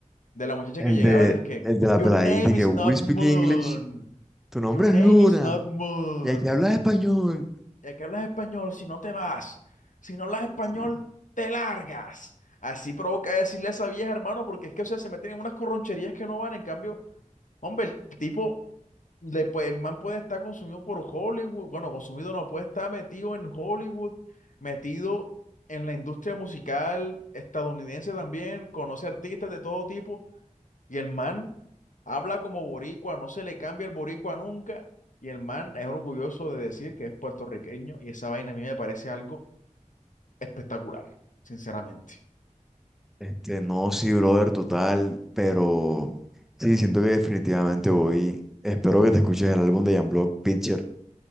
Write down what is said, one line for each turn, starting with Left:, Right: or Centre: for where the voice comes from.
Left: de la muchacha
Centre: El
Left: que llegaba,
Centre: de,
Left: de que,
Centre: el de la
Left: Your
Centre: peladita
Left: name
Centre: y que
Left: is
Centre: we
Left: not
Centre: speak
Left: Moon,
Centre: English, tu nombre
Left: your name
Centre: es Luna
Left: is not Moon
Centre: y aquí hablas español.
Left: ya que hablas español, si no te vas, si no hablas español,
Centre: Sí, sí.
Left: te largas. Así provoca decirle a esa vieja, hermano, porque es que, o sea, se meten en unas corroncherías que no van. En cambio, hombre, el tipo, le, puede- el man puede estar consumido por Hollywood. Bueno, consumido no, puede estar metido en Hollywood, metido en la industria musical estadounidense también, conoce artistas de todo tipo. Y el man habla como boricua, no se le cambia el boricua nunca. Y el man es orgulloso de decir que es puertorriqueño y esa vaina a mí me parece algo espectacular, sinceramente.
Centre: Este, no, sí, brother, total, pero sí, siento que definitivamente voy. Espero que te escuches el álbum de Jamblog Picture